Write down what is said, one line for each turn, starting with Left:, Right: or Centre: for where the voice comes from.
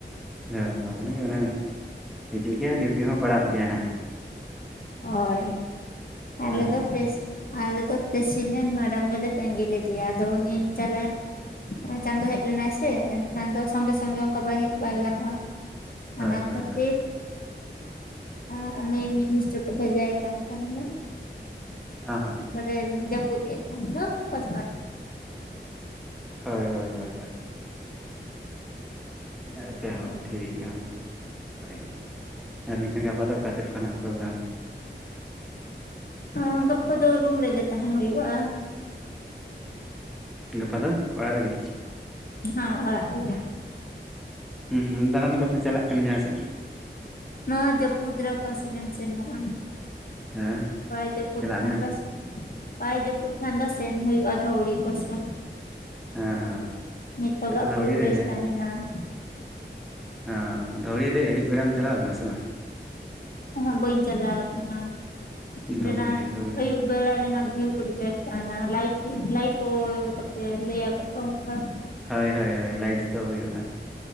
Centre: ᱚ ᱦᱚᱸ ᱚᱱᱮ ᱚᱱᱮ ᱦᱤᱡᱩᱜ ᱜᱮᱭᱟ ᱤᱭᱩᱴᱤ ᱦᱚᱸ ᱯᱟᱲᱟᱜ ᱜᱮᱭᱟ ᱱᱟᱦᱟᱜ
Left: ᱦᱳᱭ ᱟᱞᱮ
Centre: ᱟᱪᱪᱷᱟ
Left: ᱫᱚ ᱯᱮᱥ
Centre: ᱟᱪᱪᱷᱟ
Left: ᱼᱼ ᱟᱞᱮ ᱫᱚ ᱯᱤᱥᱤ ᱯᱮᱥᱤᱰᱮᱱᱴ ᱢᱮᱰᱟᱢ ᱦᱚᱸᱞᱮ ᱛᱟᱸᱜᱤᱞᱤᱫᱤᱭᱟ ᱟᱫᱚ ᱩᱱᱤ ᱪᱟᱞᱟᱱ ᱪᱟᱸᱫᱚ ᱦᱮᱡ ᱞᱮᱱᱟᱭ ᱥᱮ ᱮᱱᱠᱷᱟᱱ ᱫᱚ ᱥᱚᱸᱜᱮ ᱥᱚᱝᱜᱮ ᱚᱱᱠᱟ ᱵᱟᱭ ᱦᱮᱡ ᱵᱟᱭ ᱜᱟᱱᱚᱜᱼᱟ
Centre: ᱦᱳᱭ
Left: ᱚᱱᱟ
Centre: ᱦᱳᱭ
Left: ᱠᱷᱟᱹᱛᱤᱨ
Centre: ᱦᱳᱭ
Left: ᱟᱸ ᱩᱱᱤ ᱢᱤᱱᱤᱥᱴᱮᱴ ᱵᱷᱮᱡᱟᱭ ᱠᱟᱱ ᱛᱟᱦᱮᱱ ᱞᱮ
Centre: ᱦᱮᱸ ᱦᱚᱸ
Left: <inaudible> ᱡᱟᱹᱯᱩᱫ ᱠᱮᱫ ᱠᱷᱟᱱ ᱫᱚ ᱯᱚᱡᱯᱚᱱ
Centre: ᱦᱳᱭ ᱦᱳᱭ ᱦᱳᱭ᱾ ᱟᱪᱷᱟ ᱟᱪᱷᱟ, ᱦᱳᱭ, ᱴᱷᱤᱠ ᱜᱮᱭᱟ ᱚᱱᱟ ᱦᱚᱸ ᱾ ᱦᱳᱭ ᱟᱨ ᱢᱮᱱᱠᱷᱟᱱ ᱜᱟᱯᱟ ᱫᱚ ᱚᱠᱟ ᱥᱮᱫ ᱠᱷᱚᱱ ᱦᱟᱸᱜ ᱯᱨᱳᱜᱨᱟᱢ?
Left: ᱮ ᱜᱟᱯᱚ ᱫᱚ ᱨᱩᱢ ᱨᱮᱜᱮ ᱛᱟᱦᱮᱸ ᱦᱩᱭᱩᱜᱼᱟ ᱾
Centre: ᱜᱟᱯᱟ ᱫᱚ ᱚᱲᱟᱜ ᱨᱮ ᱜᱮ?
Left: ᱦᱮᱸ, ᱚᱲᱟᱜ ᱨᱮ ᱜᱮ ᱾
Centre: ᱦᱩᱸ ᱦᱩᱸ, ᱫᱟᱬᱟᱱ ᱠᱚᱯᱮ ᱪᱟᱞᱟᱜ ᱠᱟᱱᱟ ᱡᱟᱦᱟᱸ ᱥᱮᱫ?
Left: ᱱᱚᱣᱟ ᱡᱟᱹᱯᱩᱫ ᱨᱮ ᱚᱠᱟ ᱥᱮᱱᱮᱢ ᱥᱮᱱᱚᱜᱼᱟ,
Centre: ᱦᱮᱸ
Left: ᱵᱟᱭ ᱡᱟᱹᱯᱩᱫ
Centre: ᱪᱟᱞᱟᱜ
Left: ᱠᱷᱟᱱ
Centre: ᱢᱮ
Left: ᱫᱚ ᱵᱟᱭ ᱡᱟᱹᱯᱩᱫ ᱠᱷᱟᱱ ᱫᱚ ᱥᱮᱱ ᱦᱩᱭᱩᱜᱼᱟ ᱫᱷᱟᱹᱣᱲᱤ ᱠᱚ ᱥᱮᱱ ᱾
Centre: ᱦᱮᱸ ᱦᱮᱸ
Left: ᱱᱤᱛᱚᱜᱟ
Centre: ᱟᱪᱪᱷᱟ
Left: ᱵᱷᱤᱭᱩ
Centre: ᱫᱷᱟᱹᱣᱲᱤ
Left: ᱵᱮᱥ
Centre: ᱨᱮ
Left: ᱛᱟᱦᱮᱱᱟ ᱾
Centre: ᱚ, ᱫᱷᱟᱹᱣᱲᱤ ᱨᱮ ᱟᱹᱭᱩᱵ ᱵᱮᱲᱟᱢ ᱪᱟᱞᱟᱣ ᱠᱟᱱᱟ ᱥᱮ ᱵᱟᱝ?
Left: ᱦᱚᱸ ᱵᱟᱹᱧ ᱪᱟᱞᱟᱣ ᱟᱠᱟᱱᱟ ᱚᱸᱰᱮᱱᱟᱜ
Centre: ᱫᱷᱟᱹᱣᱲᱤ ᱫᱷᱟᱹᱣᱲᱤ
Left: ᱟᱹᱭᱩᱵ ᱾ ᱵᱮᱲᱟ ᱨᱮᱱᱟᱜ ᱵᱷᱤᱭᱩ ᱠᱚ ᱵᱮᱥ ᱛᱟᱦᱮᱱᱟ ᱞᱟᱭᱤᱴ ᱞᱟᱭᱤᱴ ᱠᱟᱛᱮ ᱞᱟᱹᱭ ᱟᱠᱚ ᱛᱚ ᱚᱱᱠᱟ ᱾
Centre: ᱦᱳᱭ ᱦᱳᱭ, ᱦᱳᱭ ᱞᱟᱭᱤᱴ ᱫᱚ ᱦᱩᱭᱩᱜᱼᱟ,